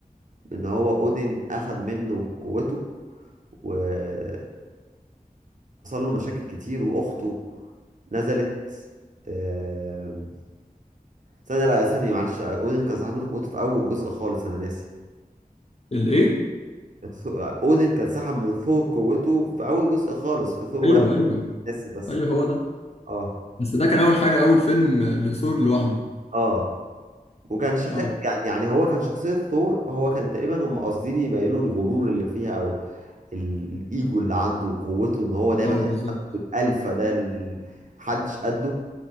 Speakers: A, on the right (about 55°); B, on the left (about 45°).
A: بإن هو أودين أخد منه قوته وحصل له مشاكل كتير وأخته نزلت آم، ثانية لا ثانية معلش أودين كان سحب منه قوته في أول جزء خالص أنا ناسي
B: الايه
A: ثو- أودين كان سحب من ثور قوته في أول جزء خالص في ثور واحد
B: ايوه ايوه
A: ناسي بس
B: ايوه هو ده
A: اه
B: بس ده كان اول حاجه اول فيلم لثور لوحده
A: اه وكانش حلو
B: اه
A: يعني يعني هو كان شخصية ثور هو كان تقريبا هم قاصدين يبينوا الغرور اللي فيها او ال- الايجو اللي عنده وقوته ان هو دايما
B: اه
A: شايف
B: بالظبط
A: نفسه الالفا ده ال- محدش قده